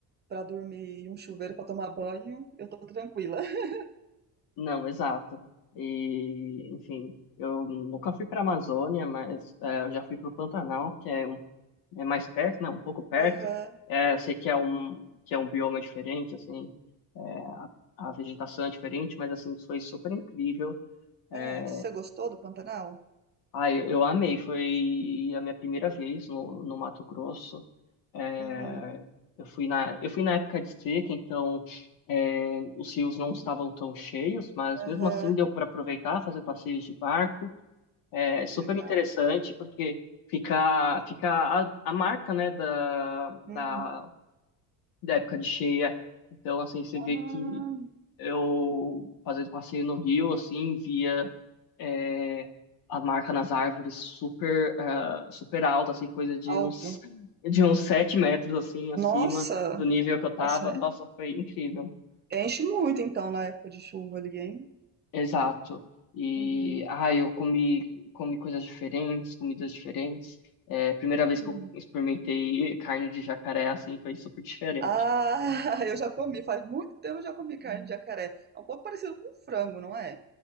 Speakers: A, on the right; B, on the left.
A: para dormir e um chuveiro para tomar banho, eu tô tranquila. <laughs>
B: Não, exato. E, enfim, eu nunca fui para a Amazônia, mas é, eu já fui para o Pantanal, que é, um- é mais perto, né? Um pouco perto.
A: Aham.
B: É, eu sei que é um que é um bioma diferente, assim, é, a vegetação é diferente, mas assim foi super incrível. É,
A: É, você gostou do Pantanal?
B: ah, eu, eu amei. Foi a minha primeira vez no, no Mato Grosso. É,
A: Uhum.
B: eu fui na, eu fui na época de seca, então é, os rios não estavam tão cheios, mas mesmo
A: Aham.
B: assim deu para aproveitar, fazer passeios de barco. É
A: Ai,
B: super
A: que legal.
B: interessante porque fica, fica a, a marca, né, da, da,
A: Uhum.
B: da época de cheia. Então, assim, você
A: Ah,
B: vê que eu fazendo passeio no rio, assim, via é, a marca nas árvores super, ah, super alta, assim, coisa de
A: alto.
B: uns, de uns 7 metros, assim, acima
A: Nossa,
B: do nível que eu tava.
A: nossa,
B: Nossa, foi incrível.
A: enche muito então na época de chuva ali, hein?
B: Exato. E,
A: Uhum.
B: ah, eu comi, comi coisas diferentes, comidas diferentes. É, primeira vez
A: Uhum.
B: que eu experimentei carne de jacaré, assim, foi super diferente.
A: Ah, <laughs> eu já comi, faz muito tempo eu já comi carne de jacaré. É um pouco parecido com frango, não é?